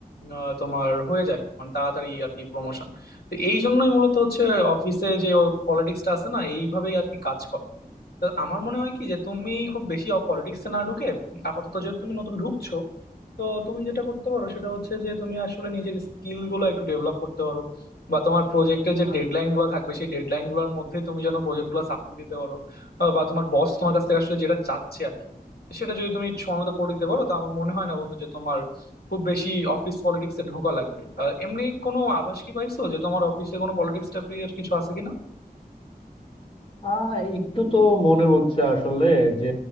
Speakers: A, on the left; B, on the left.
A: আহ, তোমার হয়ে যায় মানে তাড়াতাড়ি আর কি প্রমোশন তো এই জন্যই মূলত হচ্ছে অফিসে যে পলিটিক্সটা আছে না এইভাবেই আর কি কাজ করে তো আমার মনে হয় কি যে তুমি খুব বেশি পলিটিক্সে না ঢুকে আপাতত যেহেতু তুমি নতুন ঢুকছো তো তুমি যেটা করতে পারো সেটা হচ্ছে যে তুমি আসলে নিজের স্কিল গুলো একটু ডেভেলপ করতে পারো বা তোমার প্রজেক্টের যে ডেডলাইন গুলো থাকবে সেই ডেডলাইন গুলোর মধ্যে তুমি যেন প্রজেক্ট গুলো সাবমিট দিতে পারো আহ, বা তোমার বস তোমার কাছ থেকে আসলে যেটা চাচ্ছে আর কি সেটা যদি তুমি সময় মতো করে দিতে পারো তো আমার মনে হয় না বন্ধু যে তোমার খুব বেশি অফিস পলিটিক্সে ঢোকা লাগবে আর এমনি কোনো আভাস কি পাইছো যে তোমার অফিসে কোনো পলিটিক্স টাইপের কিছু আছে কিনা
B: আহ একটু তো মনে হচ্ছে আসলে যে